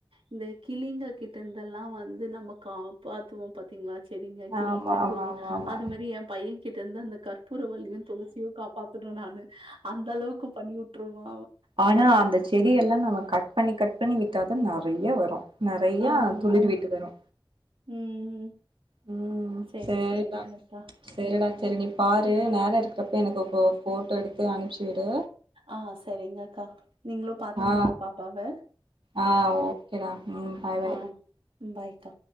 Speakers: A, on the right; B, on the right.
A: இந்த கிளிங்க கிட்டருந்தெல்லா வந்து நம்ம காப்பாத்துவோ பாத்தீங்ளா செரிங்க கிளிங்க
B: ஆமா ஆமா
A: குருவி
B: ஆமா ஆமா
A: அது மாரி எ பையகிட்டருந்து அந்த கற்பூரவல்லியு துளசியு காப் நானு அந்த அளவுக்கு பண்ணிவுட்டுருவா
B: ஆனா அந்த செடியெல்லா நம்ம கட் பண்ணி கட் பண்ணி விட்டாதா நறைய வரு நறைய
A: ஆமா.
B: துளிர் விட்டு வரு
A: ம்.
B: ம்
A: சரி,
B: சேரிடா
A: சரிங்க அக்கா.
B: சேரிடா செரி நீ பாரு நேர இருக்கறப் இப்ப எனக்கு இப்போ போட்டோ எடுத்து அனுப்ச்சி விடு
A: ஆ செரிங்கக்கா நீங்ளு பாத்துக்கோங்க
B: ஆ
A: பாப்பாவ
B: ஆ
A: அ
B: ஓகேடா ம் பாய் பாய்
A: அ அ பாய்க்கா